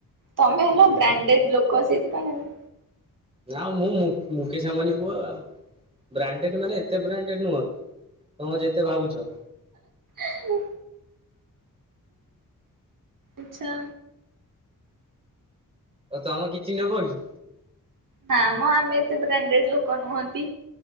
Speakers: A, on the right; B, on the right.
A: ତମେ ହେଲ
B: ହୁଁ
A: ବ୍ରାଣ୍ଡେଡ ଲୋକ ସେଇଥିପାଇଁ ଆଉ।
B: ନାଉ ମୁଁ ମୁକେଶ ଆମ୍ବାନୀ ପୁଅ ଆଉ ବ୍ରାଣ୍ଡେଡ ମାନେ ଏତେ ବ୍ରାଣ୍ଡେଡ ନୁହଁ। ତମେ ଯେତେ ଭାବୁଛ
A: ଆଉ। ଆଚ୍ଛା।
B: ଆଉ ତମେ କିଛି ନେବ କି?
A: ନା ମ ଆମେ ଏତେ ବ୍ରାଣ୍ଡେଡ ଲୋକ ନୁହନ୍ତି